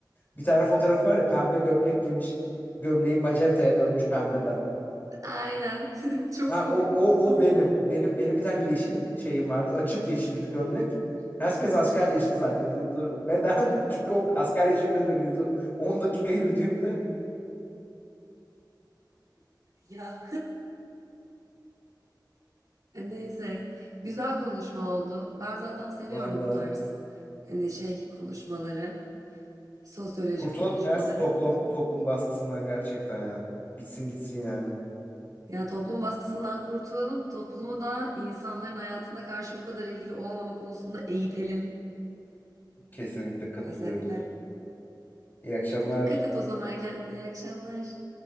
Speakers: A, on the left; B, on the right.
A: Bir tane fotoğraf var ya pembe gömlek giymiş. Gömleği macentaya dönmüş pembeden.
B: Aynen. <laughs> Çok
A: Ha,
B: komik
A: o,
B: o
A: o,
B: fotoğraf.
A: o benim. O Benim benim bir tane yeşil şeyim vardı. Açık yeşildi gömlek. Herkes asker yeşili zannediyordu. Neden? <laughs> Çünkü o asker yeşiline dönüyordu. 10 dakika yürüdüğümde.
B: Ya. Neyse, güzel konuşma oldu. Ben zaten
A: <laughs>
B: seviyorum
A: Vallahi.
B: bu tarz hani şey konuşmaları, sosyolojik
A: Kurtulalım
B: konuşmaları.
A: ya şu toplum toplum baskısından gerçekten ya. Bitsin gitsin yani.
B: Yani toplum baskısından kurtulalım, toplumu da insanların hayatına karşı bu kadar ilgili olmama konusunda eğitelim
A: Kesinlikle katılıyorum.
B: özetle.
A: İyi akşamlar.
B: Peki dikkat et o zaman kendine. İyi akşamlar.